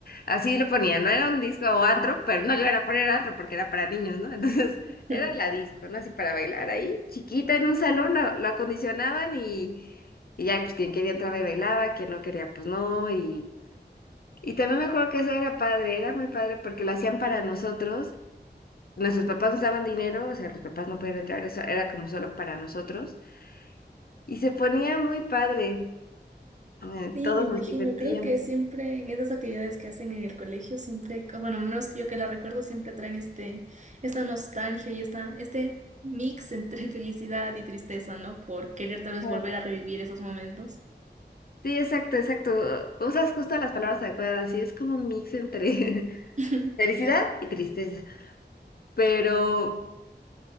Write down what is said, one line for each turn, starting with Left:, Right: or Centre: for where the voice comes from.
Left: así lo ponían, no era un disco o antro, pero no llegaron a poner antro porque era para niños, ¿no? <laughs> Entonces
Right: <laughs>
Left: era la disco, ¿no? Así para bailar ahí, chiquita en un salón, la, la acondicionaban y, y ya pues quien quería entraba y bailaba, quien no quería pues no y... Y también me acuerdo que eso era padre, era muy padre porque lo hacían para nosotros. Nuestros papás nos daban dinero, o sea, los papás no podían entrar, eso era como solo para nosotros. Y se ponía muy padre. eh,
Right: Sí,
Left: todos
Right: me imagino.
Left: nos divertíamos.
Right: Creo que siempre en esas actividades que hacen en el colegio, siempre, co- bueno, al menos que yo que la recuerdo, siempre traen este, esta nostalgia y esta, este mix entre <laughs> felicidad y tristeza, ¿no? Por querer tal vez
Left: Ah.
Right: volver a revivir esos momentos.
Left: Sí, exacto, exacto. Usas justo las palabras adecuadas y es como un mix entre
Right: <laughs>
Left: <laughs> felicidad y tristeza. Pero,